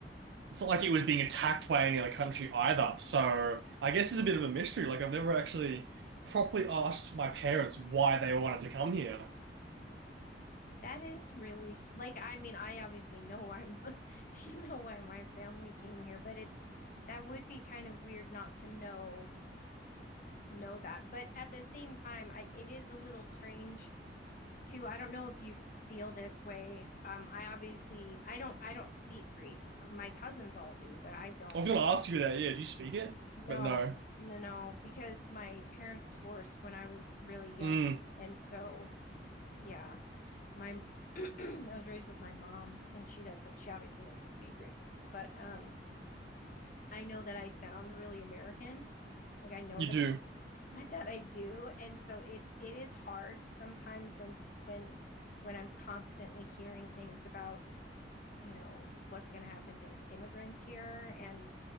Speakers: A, on the right (about 75°); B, on the left (about 50°).
A: It's not like he was being attacked by any other country either. So I guess it's a bit of a mystery. Like I've never actually properly asked my parents why they wanted to come here.
B: that is really like i mean i obviously know why my- <laughs> you know why my family came here but it that would be kind of weird not to know know that but at the same time i it is a little strange too i don't know if you feel this way um i obviously i don't i don't speak greek my cousins all do but i don't
A: I was gonna ask you that, yeah, do you speak it?
B: no
A: But no.
B: no no because my parents divorced when i was really young
A: Mm,
B: and so yeah my <clears throat> i was raised with my mom and she doesn't she obviously doesn't speak greek but um I know that I sound really American. Like I know
A: you
B: that
A: do,
B: I, <laughs> that I do. And so it's it is hard sometimes when when when I'm constantly hearing things about, you know, what's going to happen to immigrants here and